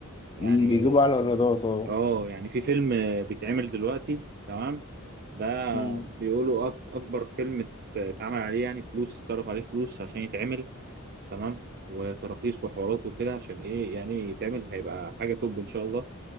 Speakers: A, on the right; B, on the left.
A: يعني
B: مم، بيجيبوا أعلى إيرادات أه
A: اه يعني في فيلم بيتعمل دلوقتي تمام ده
B: مم.
A: بيقولوا أك- اكبر فيلم ات- اتعمل عليه يعني فلوس اتصرف عليه فلوس عشان يتعمل تمام وتراخيص وحوارات وكده عشان ايه يعني يتعمل هيبقى حاجة توب ان شاء الله